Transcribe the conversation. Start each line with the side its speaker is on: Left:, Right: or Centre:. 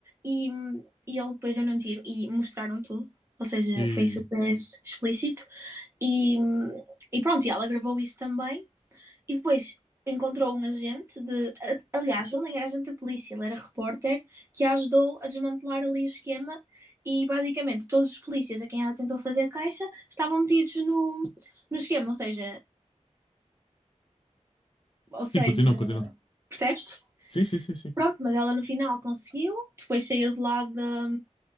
Right: e, e ele depois deu-lhe um tiro, e mostraram tudo. Ou seja,
Left: E...
Right: foi super explícito. E, e pronto, e ela gravou isso também. E depois encontrou um agente de. Aliás, ele nem era agente da polícia, ele era repórter que a ajudou a desmantelar ali o esquema. E basicamente todos os polícias a quem ela tentou fazer caixa estavam metidos no, no esquema, ou seja, ou seja,
Left: Sim, continua, continua.
Right: percebes?
Left: Sim, sim, sim, sim.
Right: Pronto, mas ela no final conseguiu, depois saiu de lá da,